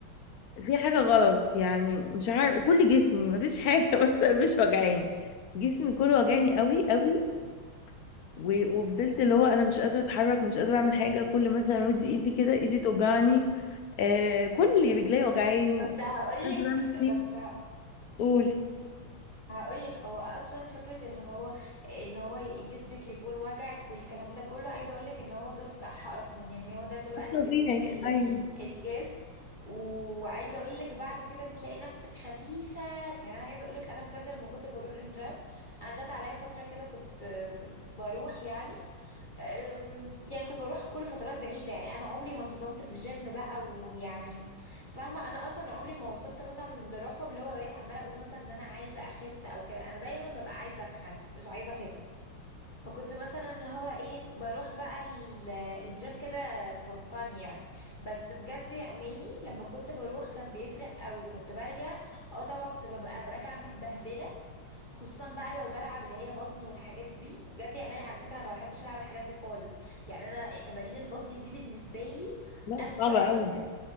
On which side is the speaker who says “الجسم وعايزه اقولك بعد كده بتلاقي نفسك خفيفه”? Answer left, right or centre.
Left